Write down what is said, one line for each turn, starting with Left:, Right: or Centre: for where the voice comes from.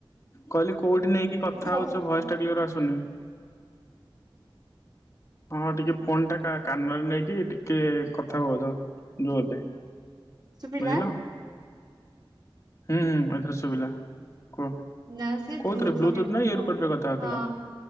Left: କହିଲି କୋଉଠି ନେଇକି କଥା
Right: ମୁଁ ତ ବସିଛି
Left: ହଉଛ ଭଏସ ଟା କ୍ଲିୟର ଆସୁନି।
Right: <inaudible>
Left: ହଁ ଟିକେ ଫୋନ୍ ଟା କାନରେ ନେଇକି ଟିକେ କଥା ହୁଅ ଜୋର୍ ଜୋରରେ।
Right: ଶୁଭିଲା?
Left: ବୁଝିଲ? ହୁଁ ହୁଁ ଏଥିର ଶୁଭିଲା କୁହ?
Right: ନା <inaudible> ସେ
Left: କୋଉଥିରେ
Right: ବ୍ଲୁଟଥ
Left: ବ୍ଲୁଟୁଥ
Right: ଲଗେଇଦେଇଥିଲି
Left: ନା ଇୟର
Right: ତ,
Left: କଡରେ କଥା ହଉଥିଲ?
Right: ହଁ